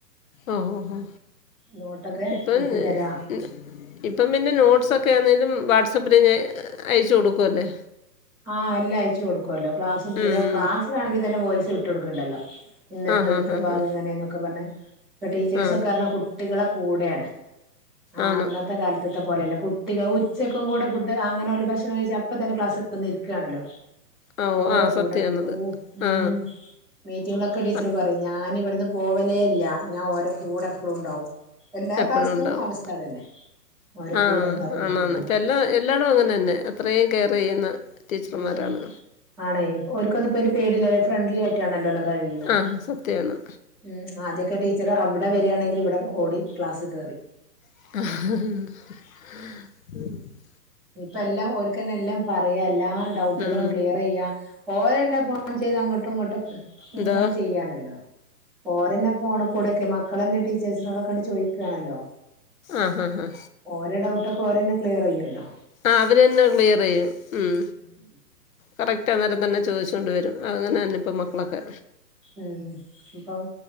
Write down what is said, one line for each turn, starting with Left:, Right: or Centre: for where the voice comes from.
Left: ആഹ് ഓഹ് ഓഹ്
Centre: നോട്ടൊക്കെ
Left: ഇപ്പൊ
Centre: വിട്ടു
Left: ഏഹ്.
Centre: തരാ
Left: ഇപ്പം പിന്നെ നോട്ട്സ് ഒക്കെ ആന്നേലും വാട്സാപ്പിൽ ഞാൻ അയച്ചു കൊടുക്കുവല്ലേ.
Centre: ആഹ് എല്ലാം അയച്ചു കൊടുക്കുവല്ലോ, ക്ലാസ്സും പിന്നെ
Left: ഉം ഉം
Centre: ക്ലാസ്സിൽ ആണെങ്കിൽ തന്നെ വോയിസ് വിട്ടു കൊടുക്കുണ്ടല്ലോ. ഇന്ന് എടുത്തത്
Left: ആ ഹാ
Centre: ഇത്ര
Left: ഹാ
Centre: ഭാഗം
Left: ഹാ
Centre: അങ്ങനെ എന്നൊക്കെ പറഞ്ഞ്, ഇപ്പോ ടീച്ചേഴ്സ്
Left: ആ
Centre: ഒക്കെ കാര്യം കു കുട്ടികളെ കൂടെയാണ്, ആഹ്
Left: ആണ്
Centre: അന്നത്തെ കാല പണ്ടത്തെ പോലെയല്ല കുട്ടികൾ ഉച്ചക്കും കൂടെ ഫുഡ്‌ അങ്ങനെ ഓല് ഭക്ഷണം കഴിച്ചു അപ്പം തന്നെ ക്ലാസ്. വന്നിരിക്കാണല്ലോ?
Left: ആ ഓ
Centre: ഓരോ
Left: ആ
Centre: കൂടെ
Left: സത്യമാണത്
Centre: പോ ഉം
Left: ആ
Centre: മീറ്റിങ്ങിലൊക്കെ ടീച്ചർ
Left: അത്
Centre: പറഞ്ഞു. ഞാന് ഇവിടുന്ന് പോവാല് ഞാൻ ഓരേ കൂടെ എപ്പളും ഉണ്ടാവും. എല്ലാ
Left: എപ്പഴും
Centre: ക്ലാസ്ത്തും
Left: ഉണ്ടാവും.
Centre: അവസ്ഥ അതന്നെ ഓരെ
Left: ആഹ്
Centre: കൂടെ ഉണ്ടാവും ഓരെ
Left: ആണ്
Centre: കൂടെ
Left: ആണ്
Centre: ഉണ്ടാവും
Left: എല്ലാ എല്ലാടവും അങ്ങനെ തന്നെ അത്രയും കെയർ ചെയ്യുന്ന. ടീച്ചർമാരാണ്
Centre: ഏഹ് ആണേ ഓൾക്ക് അത് ഇപ്പൊ പേടില്ലല്ലോ ഫ്രണ്ടിൽ ആയി. റ്റ് ആണല്ലോ കഴിയണേ
Left: ആ സത്യമാണ്
Centre: ഉം ആദ്യയൊക്കെ മീറ്റ്. ടീച്ചറ് അവിടെ വരിയാണെങ്കിൽ ഇവിടെ ഓടി ക്ലാസ് കയറി.
Left: ഉം
Centre: ഇപ്പ എല്ലാം ഓരിക്ക് തന്നെ എല്ലാം പറയാം എല്ലാ ഡൗട്ടുകളും
Left: ഉം
Centre: ക്ലിയർ ചെയ്യാം ഓര് തന്നെ ഇപ്പൊ. ഫോൺ ചെയ്ത് അങ്ങട്ടും ഇങ്ങട്ടും
Left: എന്തോ
Centre: ഇങ്ങനെ ചെയ്യാനല്ലോ. ഓര് തന്നെ ഫോണ് കൂടൊക്കെ മക്കള് തന്നെ ടീച്ചേഴ്സിനോടൊക്കെ അങ്ങ് ചോദിക്കുകയാണല്ലോ.
Left: ആഹ് ആഹ് ആഹ്.
Centre: ഓര് ഡൌട്ട് ഒക്കെ ഓര് തന്നെ ക്ലിയർ ചെയ്യൂലോ.
Left: ആഹ് അവര് തന്നെ ക്ലിയർ ചെയ്യും ഉം.
Centre: ഉം
Left: കറക്റ്റ് ആഹ് നേരം തന്നെ ചോദിച്ചോണ്ട് വരും, അങ്ങനെ തന്നെ ഇപ്പം മക്കളൊക്കെ.
Centre: ഉം <unintelligible> ഇപ്പം